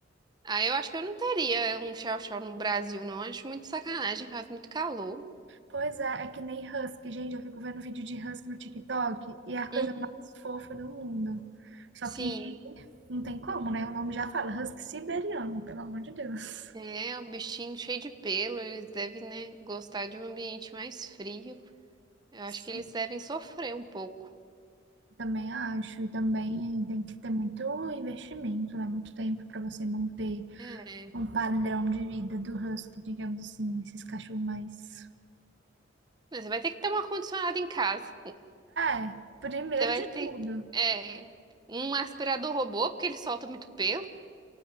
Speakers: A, on the right (about 20°); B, on the right (about 70°).
A: Ah, eu acho que eu não teria um chow-chow no Brasil, não. Acho muito sacanagem, faz muito calor.
B: Pois é, é que nem husky, gente. Eu fico vendo vídeo de husky no TikTok e é a coisa
A: Uhum.
B: mais fofa do mundo. Só
A: Sim.
B: que não tem como, né? O nome já fala husky siberiano, pelo amor de Deus.
A: É, o bichinho cheio de pelo, eles devem, né, gostar de um ambiente mais frio. Eu acho
B: Sim,
A: que eles devem sofrer um pouco.
B: Também acho, e também tem que ter muito investimento, né? Muito tempo para você manter
A: É.
B: um padrão de vida do husky, digamos assim, esses cachorros mais.
A: Mas você vai ter que ter um ar-condicionado em casa.
B: É, primeiro
A: Você vai
B: de
A: ter,
B: tudo.
A: é, um aspirador robô, porque ele solta muito pelo.